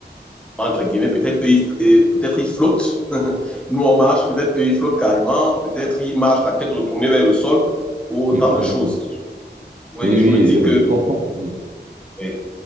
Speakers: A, in the centre; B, on the right.
A: entre guillemets. Peut-être eux, ils, euh, peut-être ils flottent. <laughs> nous, on marche. Peut-être eux, ils flottent carrément. Peut-être ils marchent la tête retournée vers le sol. Autant
B: Mhm.
A: de choses.
B: <laughs>
A: Oui,
B: Oui,
A: je
B: oui,
A: me dis
B: je,
A: que.
B: je comprends. Oui.
A: eh,